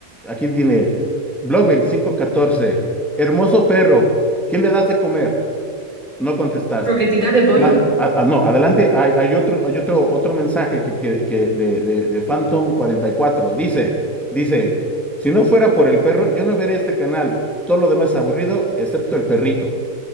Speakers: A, in the centre; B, on the right.
A: aquí tiene Blog veinticinco catorce Hermoso perro, ¿qué le das de comer? No contestaste.
B: Croquetitas de pollo.
A: Más, ah, ah, no, adelante, hay, hay otro, hay otro, otro mensaje que, que, que de, de, de Phantom cuarenta y cuatro Dice, dice, si no fuera por el perro, yo no veré este canal. Todo lo demás es aburrido, excepto el perrito.